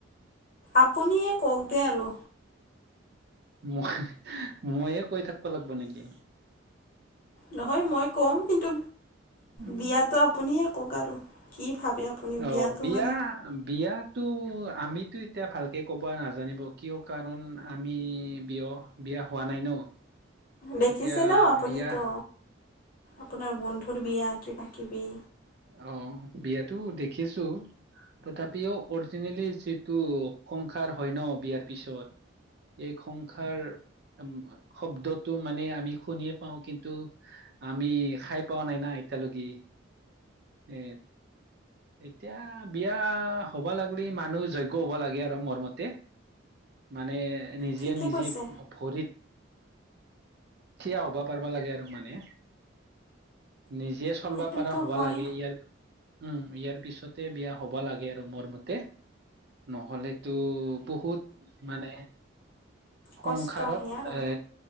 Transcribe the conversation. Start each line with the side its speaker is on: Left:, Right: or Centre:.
Left: আপুনিয়ে কওক দে আৰু।
Right: মই ময়ে কৈ থাকিব লাগিব নেকি?
Left: নহয় মই ক'ম, কিন্তু
Right: উম
Left: বিয়াটো আপুনিয়ে কওক আৰু কি ভাবে আপুনি
Right: অ'
Left: বিয়াটো
Right: বিয়া
Left: মানে
Right: বিয়াতো আমিতো এতিয়া ভালকে ক'ব নাজানিব কিয় কাৰণ আমি বিয়া বিয়া হোৱা নাই ন'।
Left: দেখিছে
Right: এতিয়া
Left: ন আপুনিতো
Right: বিয়াহ
Left: আপোনাৰ বন্ধুৰ বিয়া, কিবা কিবি।
Right: অ' বিয়াতো দেখিছোঁ। তথাপিও অৰিজিনেলি যিটো সংসাৰ হয় ন' বিয়াৰ পিছত এই সংসাৰ উ, শব্দটো মানে আমি শুনিয়ে পাওঁ কিন্তু আমি খাই পাোৱ নাই না। এতিয়ালৈকে এ এতিয়া বিয়া হ'বা লাগিলে মানুহ যজ্ঞ হ'ব লাগে আৰু মোৰ মতে মানে নিজে
Left: ঠিকে
Right: নিজে
Left: কৈছে
Right: ভৰিত থিয়া হ'বা পাৰবা লাগে আৰু মানে নিজে চলবা
Left: সেইটোতো
Right: পাৰা হ'বা
Left: হয়
Right: লাগে ইয়াৰ উম ইয়াৰ পিছতে বিয়া হব লাগে লাগে আৰু মোৰ মতে নহলেতো বহুত মানে সংসাৰত
Left: কষ্ট আহে আৰু
Right: এ